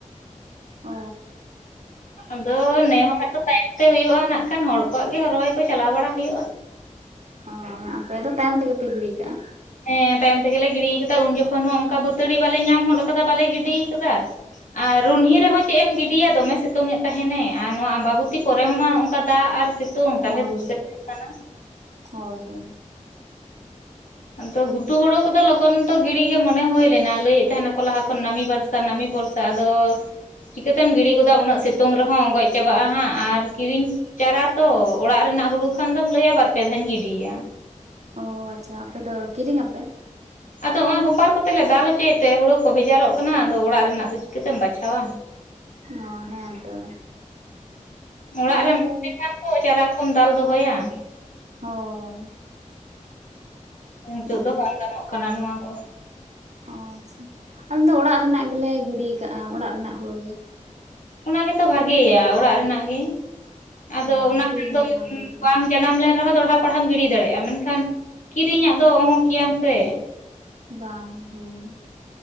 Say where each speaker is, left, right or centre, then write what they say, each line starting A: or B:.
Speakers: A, on the right; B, on the left.
A: ᱚ
B: ᱟᱫᱚ ᱱᱮ ᱦᱚᱲᱟᱜ ᱫᱚ ᱛᱟᱭᱚᱢ ᱛᱮ ᱦᱩᱭᱩᱜᱼᱟ ᱱᱟᱜ ᱠᱷᱟᱱ ᱦᱚᱲ ᱠᱚᱣᱟᱜ ᱜᱮ ᱦᱚ ᱨᱚᱦᱚᱭ ᱠᱚ ᱪᱟᱞᱟᱣ ᱵᱟᱲᱟ ᱦᱩᱭᱩᱜᱼᱟ
A: ᱚ ᱟᱯᱮ ᱫᱚ ᱛᱟᱭᱚᱢ ᱛᱮᱜᱮ ᱯᱮ ᱜᱤᱲᱤᱭ ᱠᱟᱜᱼᱟ
B: ᱦᱮᱸ ᱛᱟᱭᱚᱢ ᱛᱮᱜᱮᱞᱮ ᱜᱤᱲᱤᱭ ᱠᱟᱫᱟ ᱩᱱ ᱡᱚᱠᱷᱚᱱ ᱦᱚᱸ ᱚᱝᱠᱟ ᱵᱟᱹᱛᱟᱹᱲᱤ ᱵᱟᱞᱮ ᱧᱟᱢ ᱦᱚᱫ ᱠᱟᱫᱟ ᱵᱟᱞᱮ ᱜᱤᱰᱤᱭ ᱠᱟᱫᱟ ᱟᱨ ᱨᱩᱱᱦᱤ ᱨᱮᱦᱚᱸ ᱪᱮᱫ ᱮᱢ ᱜᱤᱰᱤᱭᱟ ᱫᱚᱢᱮ ᱥᱤᱛᱩᱝ ᱮᱫ ᱛᱟᱦᱮᱱᱮ ᱟᱨ ᱱᱚᱣᱟ ᱟᱢᱵᱟᱵᱩᱛᱤ ᱯᱚᱨᱮ ᱦᱚᱸᱢᱟ ᱱᱚᱝᱠᱟ ᱫᱟᱜ ᱟᱨ ᱥᱤᱛᱩᱝ ᱛᱟᱦᱞᱮ
A: ᱚ
B: ᱫᱩᱥᱮᱫ ᱠᱟᱱᱟ
A: ᱦᱳᱭ ᱦᱳᱭ
B: ᱟᱫᱚ ᱜᱷᱩᱴᱩ ᱦᱩᱲᱩ ᱠᱚᱫᱚ ᱞᱚᱜᱚᱱ ᱫᱚ ᱜᱤᱲᱤ ᱜᱮ ᱢᱚᱱᱮ ᱦᱳᱭ ᱞᱮᱱᱟ ᱞᱟᱹᱭᱮᱫ ᱛᱟᱦᱮᱱᱟᱠᱚ ᱞᱟᱦᱟ ᱠᱷᱚᱱ ᱱᱟᱢᱤ ᱵᱟᱨᱥ ᱱᱟᱢᱤ ᱵᱚᱨᱥᱟ ᱟᱫᱚ ᱪᱤᱠᱟᱹᱛᱮᱢ ᱜᱤᱲᱤ ᱜᱚᱫᱟ ᱩᱱᱟᱹᱜ ᱥᱤᱛ ᱥᱤᱛᱩᱝ ᱨᱮᱦᱚᱸ ᱜᱚᱡ ᱪᱟᱵᱟᱜᱼᱟ ᱦᱟᱸᱜ ᱟᱨ ᱠᱤᱨᱤᱧ ᱪᱟᱨᱟ ᱛᱚ ᱚᱲᱟᱜ ᱨᱮᱱᱟᱜ ᱦᱩᱲᱩ ᱠᱷᱟᱱ ᱫᱚᱢ ᱞᱟᱹᱭᱟ ᱵᱟᱨ ᱯᱮ ᱫᱷᱟᱹᱧ ᱜᱤᱰᱤᱭᱟ
A: ᱚ ᱟᱪᱪᱷᱟ ᱟᱯᱮ ᱫᱚ ᱠᱤᱨᱤᱧᱟᱯᱮ?
B: ᱟᱫᱚ ᱦᱚᱸᱜ-ᱚᱭ ᱦᱚᱯᱟᱨ ᱠᱚᱛᱮ ᱞᱮ ᱫᱟᱞ ᱚᱪᱚᱭᱮᱫ ᱛᱮ ᱦᱩᱲᱩ ᱠᱚ ᱵᱷᱮᱡᱟᱨᱚᱜ ᱠᱟᱱᱟ ᱟᱫᱚ ᱚᱲᱟᱜ ᱨᱮᱱᱟᱜ ᱫᱚ ᱪᱤᱠᱟᱹᱛᱮᱢ ᱵᱟᱪᱷᱟᱣᱟ
A: ᱚ ᱦᱮᱸ ᱛᱚ
B: ᱚᱲᱟᱜ
A: ᱟᱞᱮ
B: ᱨᱮᱢ
A: ᱫᱚ
B: ᱮᱢ ᱞᱮᱠᱷᱟᱱ ᱛᱚ ᱪᱟᱨᱟ ᱠᱚᱢ ᱫᱟᱞ ᱫᱚᱦᱚᱭᱟ
A: ᱦᱳᱭ
B: ᱱᱤᱛᱚᱜ
A: ᱩᱸ
B: ᱫᱚ ᱵᱟᱝ ᱜᱟᱱᱚᱜ ᱠᱟᱱᱟ ᱱᱚᱣᱟ ᱫᱚ
A: ᱚ ᱟᱪᱪᱷᱟ ᱟᱞᱮ ᱫᱚ ᱚᱲᱟᱜ ᱨᱮᱱᱟᱜ ᱜᱮᱞᱮ ᱜᱤᱰᱤ ᱟᱠᱟᱜᱼᱟ ᱚᱲᱟᱜ ᱨᱮᱱᱟᱜ ᱦᱩᱲᱩ ᱜᱮ
B: ᱚᱱᱟ ᱜᱮᱛᱚ ᱵᱷᱟᱜᱤᱭᱟ ᱚᱲᱟᱜ ᱨᱮᱱᱟᱜ ᱜᱤ ᱟᱫᱚ
A: ᱦᱚᱸ
B: ᱚᱱᱟ
A: ᱠᱤᱨᱤᱧ
B: ᱠᱷᱟᱱ ᱫᱚ <unintelligible>
A: ᱵᱟᱝ ᱦᱩᱭ ᱠᱟᱱᱟ
B: ᱵᱟᱝ ᱡᱟᱱᱟᱢ ᱞᱮᱱ ᱨᱮᱦᱚᱸ ᱫᱚᱲᱦᱟ ᱯᱚᱲᱦᱟᱢ ᱜᱤᱰᱤ ᱫᱟᱲᱮᱭᱟᱜᱼᱟ ᱢᱮᱱᱠᱷᱟᱱ ᱠᱤᱨᱤᱧᱟᱜ ᱫᱚ ᱚᱦᱚᱠᱮᱭᱟᱢ ᱥᱮ
A: ᱵᱟᱝ ᱦᱮᱸ